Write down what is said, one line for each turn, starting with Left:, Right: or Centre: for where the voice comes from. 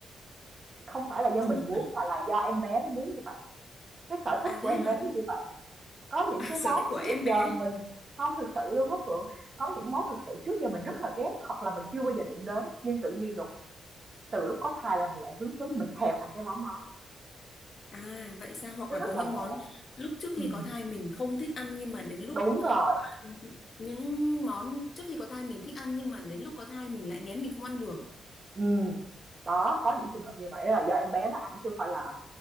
Right: không phải là do
Left: Hóc
Right: mình
Left: môn
Right: muốn
Left: à?
Right: mà là do em bé nó muốn như vậy cái sở thích
Left: À
Right: của
Left: thế
Right: em bé
Left: hả?
Right: nó như vậy Có những
Left: À,
Right: cái
Left: sở
Right: món
Left: thích của em
Right: trước giờ
Left: bé.
Right: mình không thực sự luôn á Phượng, có những món thực sự trước giờ mình rất là ghét hoặc là mình chưa bao giờ đụng đến, nhưng tự nhiên đùng từ lúc có thai là mình lại hứng thú, mình thèm ăn cái món đó,
Left: À vậy sao? Hoặc
Right: nó
Left: là
Right: rất
Left: có những
Right: là ngộ.
Left: món lúc trước khi
Right: Ừm,
Left: có thai mình không thích ăn nhưng mà đến lúc
Right: đúng rồi,
Left: <laughs> những món trước khi có thai mình thích ăn nhưng mà đến lúc có thai mình lại nghén mình không ăn được.
Right: ừm. Đó, có những trường hợp như vậy là do em bé nó ăn chứ không phải là